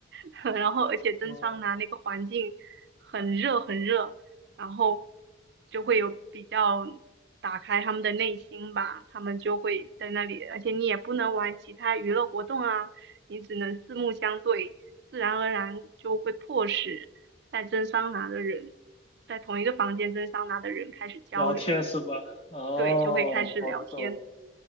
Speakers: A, on the right; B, on the left.
A: <laughs> 然后而且蒸桑拿那个环境很热很热，
B: <laughs> 哦，
A: 然后就会有比较打开他们的内心吧，他们就会在那里，而且你也不能玩其他娱乐活动啊，你只能四目相对，自然而然就会迫使在蒸桑拿的人，在同一个房间蒸桑拿的人开始交流，
B: 聊天是吧？哦，
A: 对，就会开始聊天。
B: 好的，